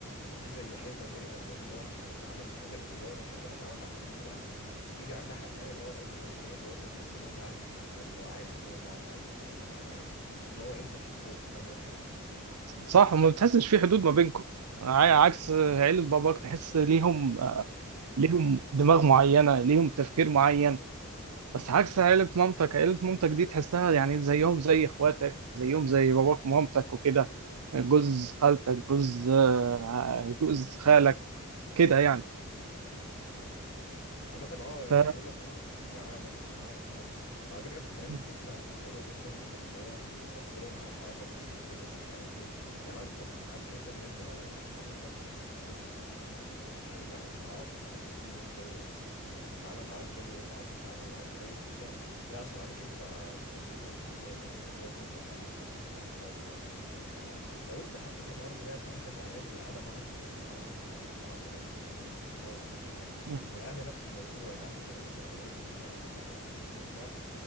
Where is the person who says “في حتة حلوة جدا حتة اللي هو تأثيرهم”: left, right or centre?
Left